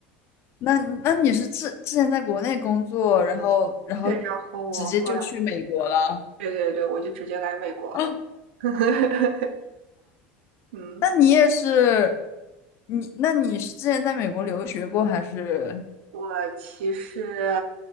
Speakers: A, on the left (about 50°); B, on the right (about 85°).
A: 那那你是之之前在国内工作，然后然后
B: 对，然后我后来，
A: 直接就去美国了
B: 对对对，我就直接来美国了。
A: 啊？
B: <laughs> 嗯，
A: 那你也是，你那你是之前在美国留学过还是？
B: 我其实